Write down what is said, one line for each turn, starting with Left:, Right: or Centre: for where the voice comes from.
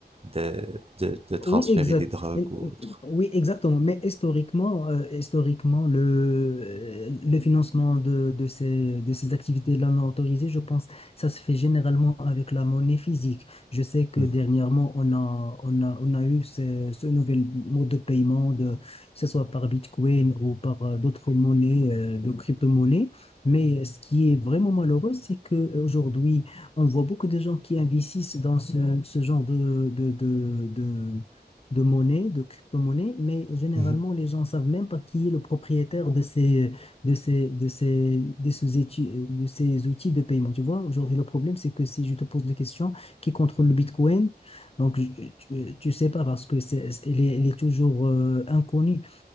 Right: de, de, de transférer
Left: Oui, exact.
Right: des drogues ou autre.
Left: Oui, exactement. Mais historiquement, euh, historiquement, le, euh, le financement de, de ces, de ces activités-là non autorisées, je pense, ça se fait généralement avec la monnaie physique. Je sais que
Right: Mhm.
Left: dernièrement, on a, on a, on a eu ce, ce nouvel mode de paiement, de, que ce soit par Bitcoin ou par euh, d'autres monnaies, euh, de crypto-monnaies. Mais ce qui est vraiment malheureux, c'est qu'aujourd'hui, on voit beaucoup de gens qui investissent dans ce, ce genre de, de, de, de- de monnaie, de crypto-monnaie, mais généralement,
Right: Mhm.
Left: les gens ne savent même pas qui est le propriétaire de ces, de ces, de ces, de ces outils, de ces outils de paiement. Tu vois, aujourd'hui, le problème, c'est que si je te pose la question, qui contrôle le Bitcoin? Donc, je- tu, tu sais pas parce que c'est, c'est- il est, il est toujours euh, inconnu.